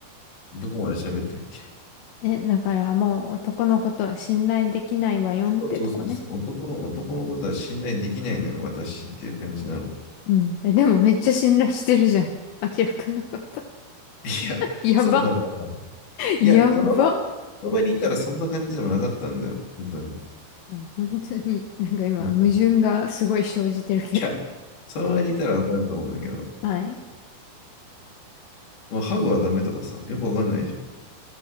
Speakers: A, on the left (about 50°); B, on the left (about 80°).
A: どこまで喋ったっけ
B: え、だからもう男のことは信頼できないわよんってとこね。
A: そうそうそうそう。男の、男のことは信頼できないのよ、私っていう感じなの。
B: うん。え、でもめっちゃ信頼してるじゃん。明らかくんのこと。
A: いや、
B: <laughs> やば。
A: そうなんかな。い
B: やば。
A: や、その場、その場にいたらそんな感じでもなかったんだよ。本当に。
B: いや本当に、なんか今、
A: 本当に
B: 矛盾がすごい生じてるけど。
A: いや、その場にいたらわかると思うんだけど、
B: はい。
A: まあ、ハグはダメとかさ、よくわかんないじゃん。